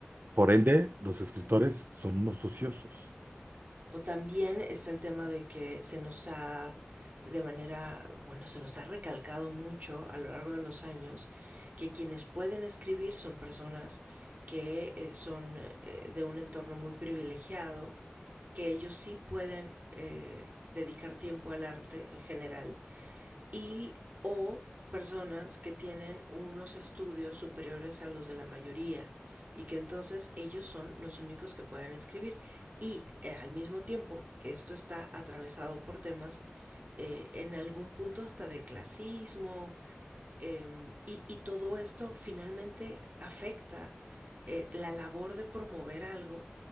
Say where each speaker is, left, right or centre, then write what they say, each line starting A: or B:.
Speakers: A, on the right; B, on the right.
A: Por ende, los escritores son unos ociosos.
B: O también está el tema de que se nos ha de manera, bueno, se nos ha recalcado mucho a lo largo de los años que quienes pueden escribir son personas que eh, son eh, de un entorno muy privilegiado que ellos sí pueden eh, dedicar tiempo al arte en general y o personas que tienen unos estudios superiores a los de la mayoría y que entonces ellos son los únicos que pueden escribir y eh, al mismo tiempo esto está atravesado por temas eh, en algún punto hasta de clasismo, eh, y, y, todo esto finalmente afecta eh, la labor de promover algo